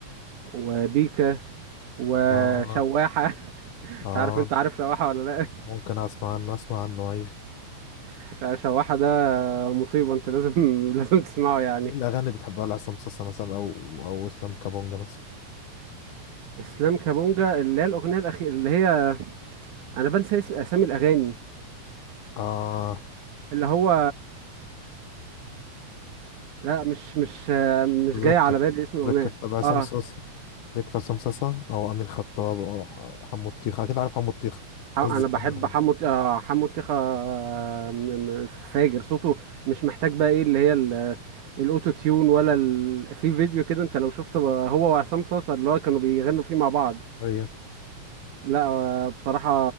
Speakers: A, on the right; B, on the left.
A: وبيكا وشواحة
B: اه
A: <laughs>
B: اه
A: مش عارف انت عارف شواحة ولا لا
B: ممكن اسمع عنه اسمع عنه ايوه
A: <laughs> لا، شواحة ده مصيبة انت لازم <laughs> لازم تسمعه يعني
B: مين الاغاني اللي بتحبها لعصام صاصا مثلا او او اسلام كابونجا مثلا
A: اسلام كابونجا اللي هي الأغنية الأخيرة اللي هي انا بنسى اسم اسامي الأغاني
B: اه
A: اللي هو لا مش مش آه،
B: مش
A: مش
B: متذكر
A: جاي على بالي اسم الأغنية
B: متذكر طب عصام
A: اه
B: صاصا ليك في عصام صاصا او امين خطاب او أو حمو الطيخه اكيد عارف حمو الطيخه
A: ح- انا
B: الناس دي اسكندراني
A: بحب حمو ت- آه، حمو الطيخة آه، م- م- فاجر صوته مش محتاج بقى ايه اللي هي ال- الاوتو تيون ولا ال... في فيديو كده انت لو شفته بقى هو وعصام صاصا اللي هو كانوا بيغنوا فيه مع بعض
B: ايوه
A: لا آه، بصراحة